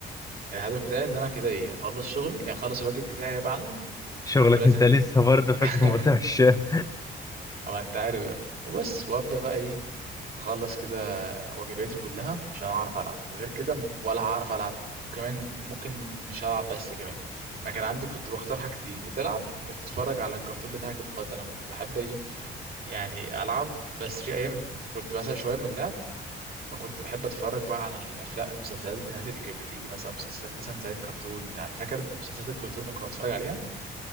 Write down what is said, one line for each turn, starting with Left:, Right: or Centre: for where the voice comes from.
Right: الهدف بتاعي ان انا كده ايه اخلص شغلي اخلص الواجب بتاعي يا معلم
Left: شغلك
Right: ولازم
Left: انت لسه برضه فاكر
Right: <laughs>
Left: موضوع الشارع
Right: أبقى أنت عارف بقى وبس وأبدأ بقى إيه أخلص كده واجباتي كلها عشان أعرف ألعب غير كده م- ولا هعرف ألعب وكمان ممكن مش هلعب بس كمان ما كان عندي كنت بختار حاجتين يا تلعب يا تتفرج على الكرتون بتاعك المفضل أنا كنت بحب إيه يعني ألعب بس في أيام كنت بسأل شوية من اللعب فكنت بحب اتفرج بقى على الافلام المسلسلات بتاعتي اللي كانت بتيجي مثلا مسلسلات مثلا زي الكرتون يعني فاكر انت مسلسلات الكرتون اللي كنا بنتفرج عليها